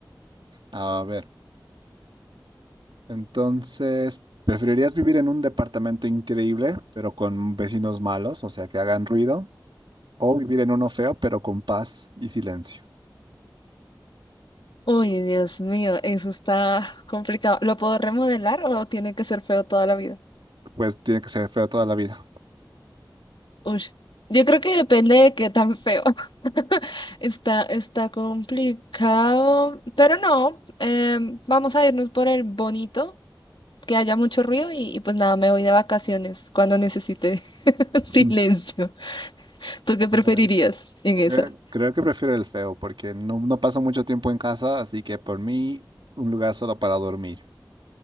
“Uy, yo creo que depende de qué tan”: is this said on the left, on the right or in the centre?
Left